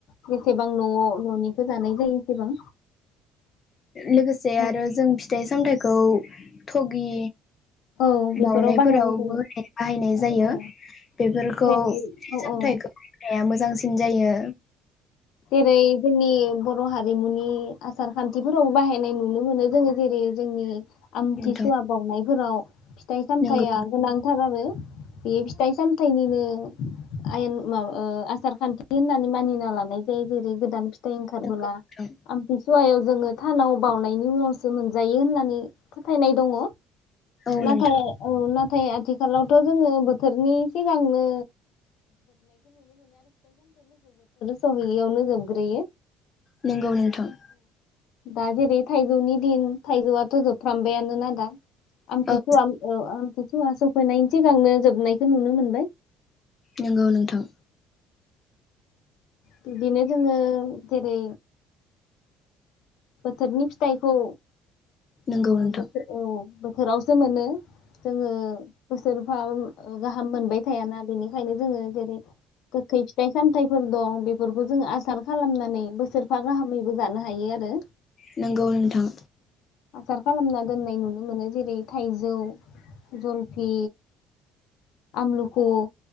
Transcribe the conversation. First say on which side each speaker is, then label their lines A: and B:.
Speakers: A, on the left; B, on the left.
A: जेसेबां न'आव न'निखो जानाय जायो एसेबां।
B: लोगोसे
A: औ
B: आरो जों फिथाइ सामथाइखौ थगि
A: औ बेफोराव
B: बावनायफोरावबो
A: बाहायनाय जायो
B: बाहायनाय
A: औ
B: जायो।
A: औ
B: बेफोरखौ
A: जेरै
B: सामथाइखौ
A: औ औ
B: होनाया मोजांसिन जायो।
A: जेरै जोंनि बर' हारिमुनि आसारखान्थिफोराव बाहायनाय नुनो मोनो। जोङो जेरै जोंनि आमथिसुवा
B: नोंथां
A: बावनाय फोराव फि थाइ सामथाइया
B: नंगौ
A: गोनांथार आरो बे फिथाइ सामथाइनिनो आयेन माबा ओ आसारखान्थि होननानै मानिना लानाय जायो जेरै गोदान फिथाइ ओंखारबोला
B: नंगौ नोंथां
A: आमथिसुवायाव जोङो थानाव बावनायनि उनावसो मोनजायो होननानै फोथायनाय दङ'।
B: औ
A: नाथाय
B: नोंथां
A: औ ना थाय आथिखालावथ' जोङो बोथोरनि सिगांनो सफैयावनो जोबग्रोयो।
B: नोंगौ नोंथां।
A: दा जेरै थाइजौनि दिन थाइजौआथ' जोबफ्रामबायानोना दा। आमथिसुवा
B: औ
A: ओ आमथिसुवा सफैनाय सिगांनो जोबनायखौ नुनो मोनबाय।
B: नंगौ नोंथां।
A: बिदिनो जोङो जेरै बोथोरनि फिथाइखौ
B: नंगौ
A: ओ <unintelligible>
B: नोंथां
A: औ बोथोरावसो मोनो। जोङो बोसोरफा गाहाम मोनबाय थायाना। बेनिखायनो जोङो जेरै गोखै फिथाइ सामथाइफोर दं। बेफोरखौ जोङो आसार खालामनानै बोसोरफा गाहामैबो जानो हायो आरो
B: नंगौ नोंथां।
A: आसार खालामना दोननाय नुनो मोनो। जेरै थाइजौ, जलफि आमलुखु